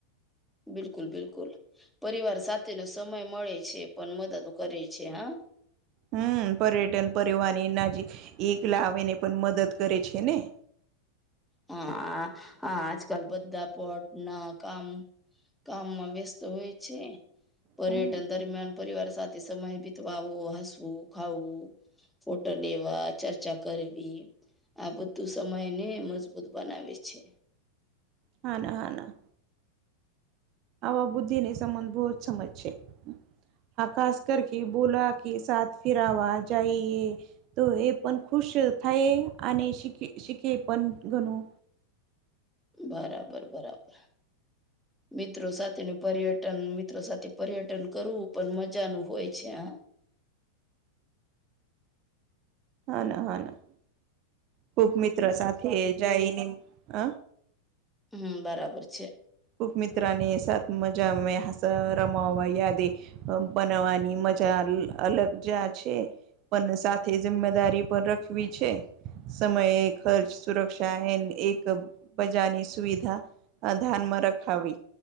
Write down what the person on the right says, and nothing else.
હમ પર્યટન પરિહન એ નાજી એકલા આવીને પણ મદદ કરે છે ને
હમ
હા ના હા ના આવા બુદ્ધિને સંબંધ બહુ જ સમજ છે હા ખાસ કર કે બોલા કે સાથ ફિરવા જઈએ તો એ પણ ખુશ થાય અને શીખી શીખે પણ ઘણું
હા ના હા ના ખુબ મિત્ર સાથે જાયને હ
ખૂબ મિત્રાને સાત મજા મે હસ રમાવા યાદી બનાવાની મજા અલગ જા છે. પણ સાથે જિમ્મેદારી પણ રખવી છે સમયે ખર્ચ સુરક્ષા એ એક બજાની સુવિધા ધ્યાન માર્ગ ટખાવી